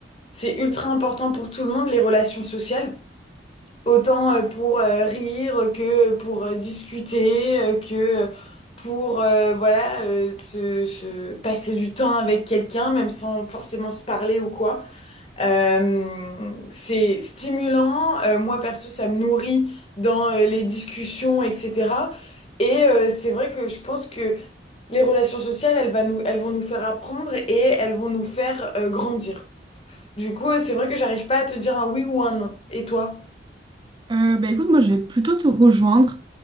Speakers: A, on the left; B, on the right.
A: c'est ultra important pour tout le monde, les relations sociales. Autant euh, pour euh, rire que pour euh, discuter, euh, que pour euh, voilà euh, se, se passer du temps avec quelqu'un, même sans forcément se parler ou quoi. Euh, c'est stimulant. Euh, moi perso, ça me nourrit dans euh, les discussions, etc. Et euh, c'est vrai que je pense que les relations sociales, elles, va nous, elles vont nous faire apprendre et elles vont nous faire euh, grandir. Du coup, euh, c'est vrai que j'arrive pas à te dire un oui ou un non. Et toi?
B: Euh, bah écoute, moi je vais plutôt te rejoindre.